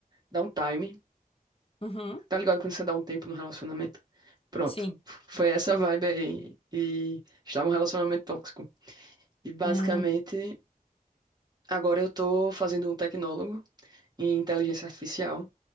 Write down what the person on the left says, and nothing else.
uhum,
sim.
Hum.